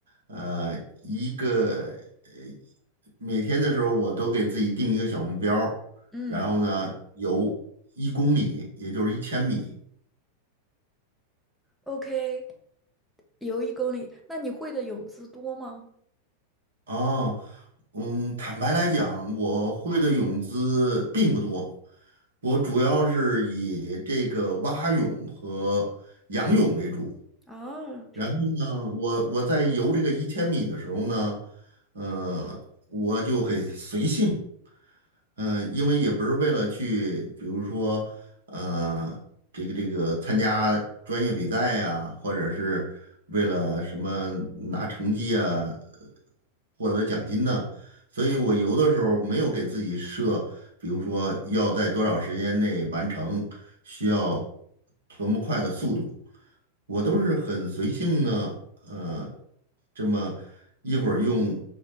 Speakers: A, on the right (about 65°); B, in the centre.
A: 呃，一个呃，每天的时候我都给自己定一个小目标儿然后呢，
B: 嗯
A: 游一公里，也就是一千米
B: ，OK，游一公里，那你会的泳姿多吗？
A: 啊。嗯，坦白来讲，我会的泳姿并不多，我主要是以这个蛙泳和仰泳为主。
B: 啊
A: 然后呢，我我在游这个一千米的时候呢，呃，我就很随性，嗯，因为也不是为了去，比如说，呃，这个这个参加专业比赛呀、或者是为了什么拿成绩啊，呃获得奖金呢、所以我游的时候没有给自己设，比如说要在多少时间内完成，需要多么快的速度，我都是很随性的，呃，这么一会儿用